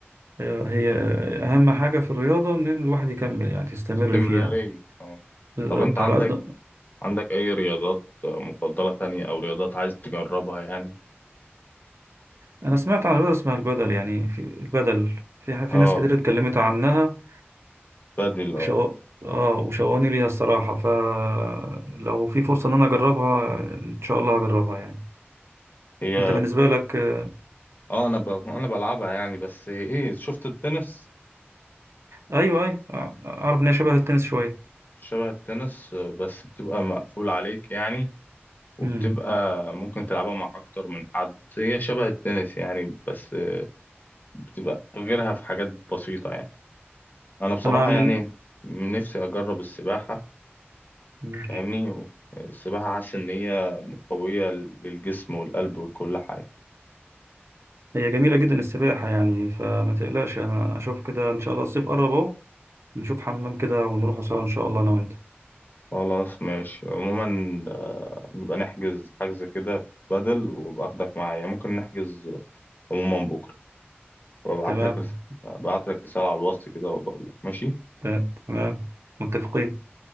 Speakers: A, on the right (about 90°); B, on the left (about 45°).
A: آه، هي أهم حاجة في الرياضة إن الواحد يكمل يعني تستمر
B: استمرارية
A: فيها
B: آه
A: بالظبط
B: طب أنت عندك
A: على قد
B: عندك أي رياضات مفضلة تانية أو رياضات عايز تجربها يعني؟
A: أنا سمعت عن رياضة اسمها البدل يعني في البدل في في
B: آه
A: ناس كتير اتكلمت عنها
B: بدل آه
A: وشو... اه وشوقني ليها الصراحة فلو في فرصة ان انا اجربها ان شاء الله هجربها يعني
B: هي
A: انت بالنسبة لك آه،
B: اه انا ب... انا بلعبها يعني بس ايه شفت التنس
A: ايوه ايوه آه، اعرف ان هي شبه التنس شوية
B: شبه التنس آه، بس بتبقى مقفول عليك يعني وبتبقى
A: امم
B: ممكن تلعبها مع اكتر من حد هي شبه التنس يعني بس بتبقى غيرها في حاجات بسيطة يعني انا بصراحة
A: انا من
B: يعني نفسي اجرب السباحة
A: مم.
B: فاهمني و- السباحة حاسس ان هي قوية للجسم والقلب وكل حاجة
A: هي جميلة جدا السباحة يعني فما تقلقش انا اشوف كده ان شاء الله الصيف قرب اهو نشوف حمام كده ونروح سوا ان شاء الله انا وانت
B: خلاص ماشي عموما آه، نبقى نحجز حجز كده بدل وباخدك معايا ممكن نحجز عموما بكرة وابعت
A: تمام
B: لك رس- ابعت لك رسالة على الوسط كده وبقول لك ماشي
A: ت- تمام متفقين